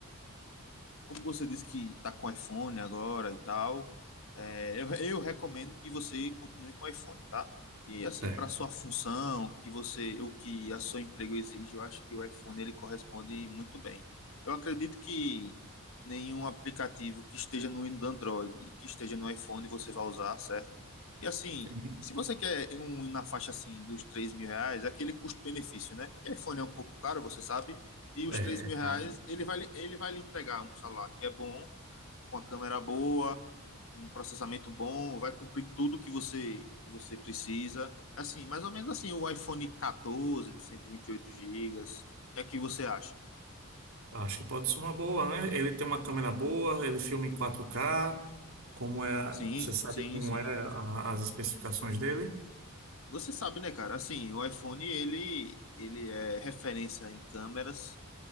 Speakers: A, on the left (about 65°); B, on the right (about 70°).
A: como você disse que está com iPhone agora e tal, é, eu, eu recomendo que você continue com iPhone, tá? E assim,
B: É.
A: para sua função, que você, o que a seu emprego exige, eu acho que o iPhone ele corresponde muito bem. Eu acredito que nenhum aplicativo que esteja no Android e que esteja no iPhone você vai usar, certo? E assim,
B: Sim.
A: se você quer um na faixa assim dos 3 mil reais, é aquele custo-benefício, né? Porque iPhone é um pouco caro, você sabe e os
B: É,
A: 3 mil
B: cara.
A: reais ele vai, ele vai lhe entregar um celular que é bom, uma câmera boa, um processamento bom, vai cumprir tudo que você, que você precisa. Assim, mais ou menos assim, o iPhone 14 de cento e e vinte e oito gigas. O que é que você acha?
B: Acho que pode ser uma boa, né? Ele tem uma câmera boa, ele filma em quatro k Como é,
A: Sim,
B: você sabe
A: sim,
B: como
A: sim.
B: é a- as especificações dele?
A: Você sabe, né, cara? Assim, o iPhone ele, ele é referência em câmeras.